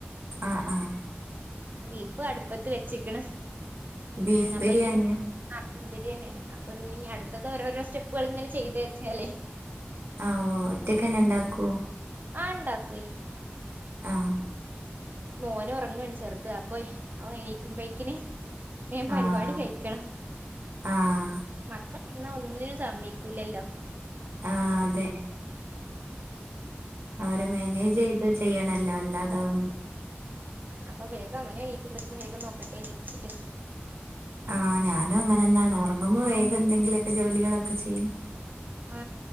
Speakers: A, on the right; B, on the right.
A: ആ ആഹ
B: ബീഫും അടുപ്പത്ത് വെച്ചിക്കണ്
A: ബീഫ്
B: എന്നപ്പക്ക
A: ബിരിയാണിയാ
B: ബിരിയാണിയാണ് അപ്പൊ പിന്നെ ഇനി അടുത്തത് ഓരോരോ സ്റ്റെപ്പുകൾ ഇങ്ങനെ ചെയ്ത് വച്ചാലേ
A: ആ ഓ ഒറ്റക്കന്നെ ഉണ്ടാക്കുവോ
B: ആ ഉണ്ടാക്കേ
A: ആഹ <unintelligible>
B: മോന ഉറങ്ങാണ് ചെറുത് അപ്പൊ അവ എനീക്കുമ്പോഴക്കിന് ഞൻ പരിപാടി
A: ആഹ്
B: കഴിക്കണം
A: ആഹ്
B: മക്കൾ എന്നാ ഒന്നിനും സമ്മക്കൂല്ലല്ലോ
A: ആഹ അതെ അവരെ മാനേജ് ചെയ്ത് ചെയ്യണല്ലോ വല്ലാതാവുമ്പോ
B: അപ്പൊ വേഗം അവനെ നീക്കുമ്പത്തന് വേഗം നോക്കട്ടെ വിചാരിച്ചിട്ട്
A: ആഹ ഞാനും അങ്ങനെ ന്താണ് ഉറങ്ങുമ്പോ വേഗം എന്തെങ്കിലുമൊക്കെ ജോലികളൊക്കെ ചെയ്യും
B: ആ